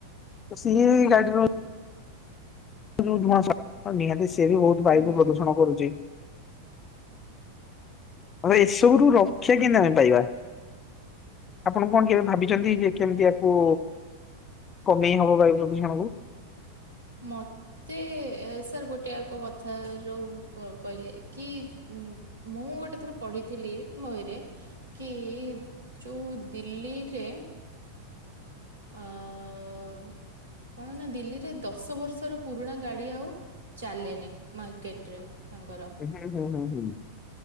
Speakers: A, on the left; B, on the right.
A: ତ ସେହି ଗାଡ଼ିର ଯୋଉ ନୂଆ <unintelligible> ନିହାତି ସିଏ ବି ବହୁତ ବାୟୁକୁ
B: ହୁଁ।
A: ପ୍ରଦୂଷଣ କରୁଛି। ଆ ଏସବୁରୁ ରକ୍ଷା କେମତି ଆମେ ପାଇବା? ଆପଣ କଣ କେବେ ଭାବିଛନ୍ତି ଯେ କେମତି ଆକୁ କମେଇ ହବ ବାୟୁ ପ୍ରଦୂଷଣକୁ?
B: ମତେ ସାର୍ ଗୋଟେ ଆଗ କଥାର କହିଲେ କି ମୁଁ ଗୋଟେ ଥର ପଢିଥିଲି ବହିରେ କି ଯୋଉ ଦିଲ୍ଲୀ ରେ ଆହ୍ କଣ ନା ଦିଲ୍ଲୀରେ ଦଶ ବର୍ଷର ପୁରୁଣା ଗାଡି ଆଉ ଚାଲେନି ମାର୍କେଟରେ। ତାଙ୍କର
A: ହୁଁ ହୁଁ ହୁଁ ହୁଁ।